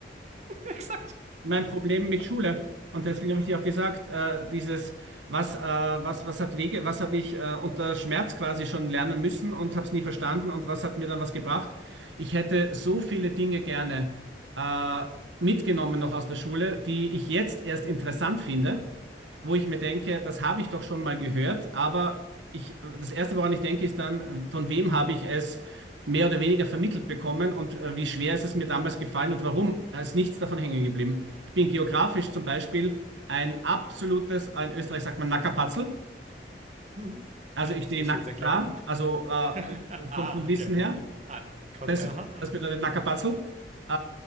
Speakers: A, on the right; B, on the right.
A: exakt.
B: mein Problem mit Schule. Und deswegen habe ich dir auch gesagt, äh, dieses, was, äh, was, was hat Wege, was habe ich äh, unter Schmerz quasi schon lernen müssen und habe es nie verstanden und was hat mir dann was gebracht? Ich hätte so viele Dinge gerne äh, mitgenommen noch aus der Schule, die ich jetzt erst interessant finde wo ich mir denke, das habe ich doch schon mal gehört, aber ich, das Erste, woran ich denke, ist dann, von wem habe ich es mehr oder weniger vermittelt bekommen und äh, wie schwer ist es mir damals gefallen und warum ist nichts davon hängen geblieben. Ich bin geografisch zum Beispiel ein absolutes, in Österreich sagt man Nackerpatzel,
A: Mhm.
B: also ich
A: Das
B: stehe
A: musst
B: nackt
A: du jetzt erklären.
B: da, also äh,
A: <laughs> ah,
B: vom, vom Wissen
A: okay.
B: her,
A: Ah, quasi,
B: das,
A: aha.
B: das bedeutet Nackerpatzel. Äh,